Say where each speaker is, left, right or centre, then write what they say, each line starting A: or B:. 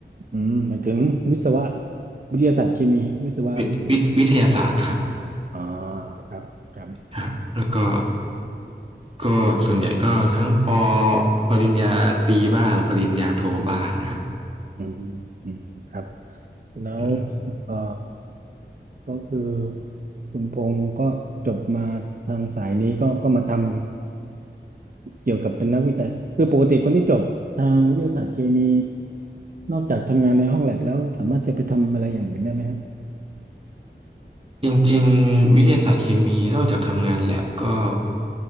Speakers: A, on the right; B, on the right.
A: อืมหมายถึงวิศวะวิทยาศาสตร์เคมีวิศวะ
B: วิวิวิทยาศาสตร์ครับ
A: อ่าครับครับ
B: ครับแล้วก็ก็ส่วนใหญ่ก็ทั้งปอปริญญาตรีบ้างปริญญาโทบ้างครับ
A: อืมอืมครับแล้ว
B: อืม
A: เออก็คือคุณพงศ์ก็จบมาทางสายนี้ก็ก็มาทำเกี่ยวกับเป็นนักวิจัยคือปกติคนที่จบทางวิทยาศาสตร์เคมีนอกจากทำงานในห้องแลบแล้วสามารถจะไปทำอะไรอย่างอื่นได้ไหมครับ
B: จริงๆวิทยาศาสตร์เคมีนอกจากทำงานแลบก็